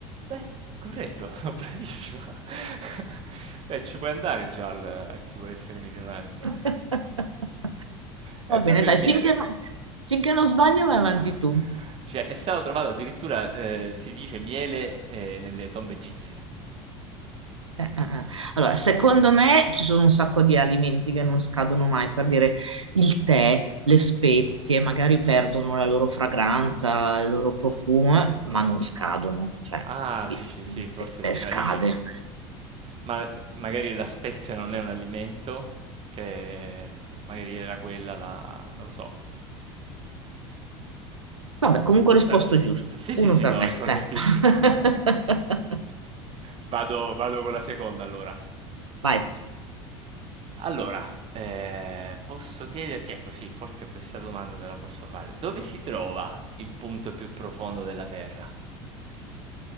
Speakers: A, on the right; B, on the right.
A: Beh, corretto, <laughs> bravissimo. <laughs> Beh, ci puoi andare già al, a chi vuole essere milionario. <laughs>
B: <laughs>
A: È
B: Va
A: proprio
B: bene, dai,
A: il miele.
B: finché, no, finché non sbaglio
A: Ah.
B: vai avanti tu.
A: Cioè, è stato trovato addirittura, eh, si dice, miele, eh, nelle tombe egizie.
B: Eh, eh. Allora, secondo me ci sono un sacco di alimenti che non scadono mai, per dire il tè, le spezie, magari perdono la loro fragranza, il loro profumo, eh, ma non scadono, cioè
A: Ah,
B: difficilmente
A: dici sì, forse
B: il tè
A: sì,
B: scade.
A: ma dici, ma magari la spezia non è un alimento, che magari era quella la, non lo so.
B: Vabbè, comunque ho risposto
A: Beh,
B: giusto.
A: sì,
B: Uno
A: sì, sì,
B: per
A: no,
B: me,
A: è correttissimo.
B: dai. <laughs>
A: <laughs> Vado, vado con la seconda allora.
B: Vai.
A: Allora, eh, posso chiederti, ecco sì, forse questa domanda te la posso fare. Dove si trova il punto più profondo della Terra?